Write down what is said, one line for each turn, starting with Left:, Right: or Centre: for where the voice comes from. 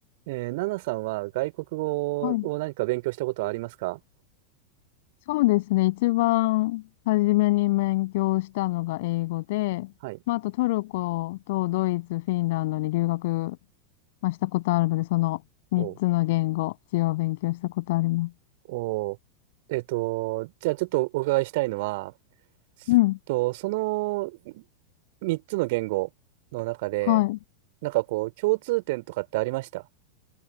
Right: えー、ナナさんは外国語を何か勉強したことはありますか
Left: はい。そうですね。一番初めに勉強したのが英語で、
Right: はい。
Left: まあ、あとトルコとドイツ、フィンランドに留学、まあ、したことあるので、その3つの言語、
Right: お
Left: 一応勉強したことあります。
Right: おえっと、じゃあちょっとお伺いしたいのは、
Left: うん。
Right: と、その3つの言語の中で、
Left: はい。
Right: なんかこう、共通点とかってありました